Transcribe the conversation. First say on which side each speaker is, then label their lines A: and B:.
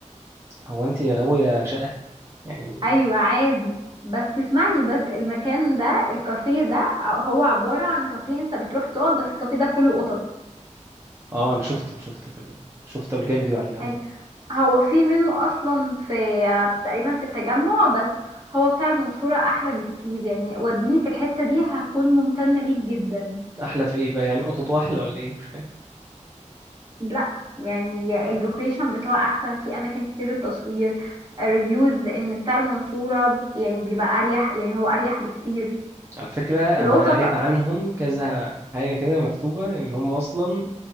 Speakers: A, on the right; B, on the right.
A: هو انت غاوية شقة يعني
B: ايوه عادي بس تسمعني بس المكان ده الكافيه ده هو عبارة عن كافيه انت بتروح تقعد بس الكافيه ده كله قطط
A: اه انا شفته شفته في ال... شفته قبل كده فيديو عليه عامة
B: اي هو في منه اصلا في تقريبا في التجمع بس هو بتاع المنصورة احلى بكتير يعني وديني في الحتة دي هكون ممتنة ليك جدا
A: احلى في ايه بقى يعني قطط احلى ولا ايه مش فاهم
B: لا يعني الديكوريشن بتاعه احسن في اماكن كتير للتصوير ريفيوز ان بتاع المنصورة يعني بيبقى اريح يعني هو اريح بكتير
A: على فكرة
B: القطط
A: انا قريت
B: آه،
A: عنهم كذا حاجة كده مكتوبة ان هم اصلا